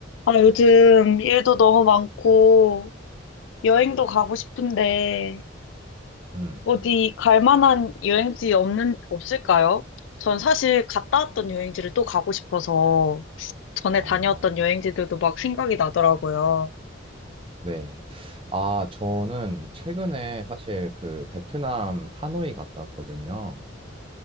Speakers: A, on the left (about 70°); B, on the right (about 30°).
A: 아, 요즘 일도 너무 많고, 여행도 가고 싶은데,
B: 음,
A: 어디 갈 만한 여행지 없는, 없을까요? 전 사실 갔다 왔던 여행지를 또 가고 싶어서, 전에
B: 아,
A: 다녀왔던 여행지들도 막 생각이 나더라고요.
B: 네. 아, 저는 최근에 사실 그 베트남 하노이 갔다 왔거든요.